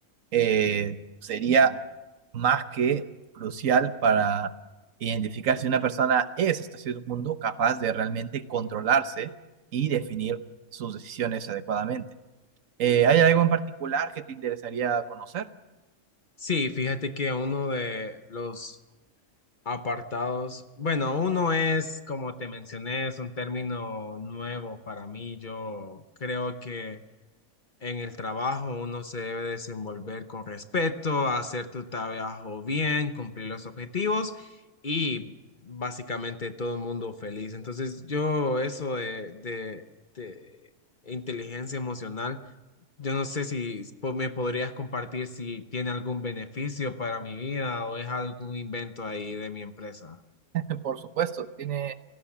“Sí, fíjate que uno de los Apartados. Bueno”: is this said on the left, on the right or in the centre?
Left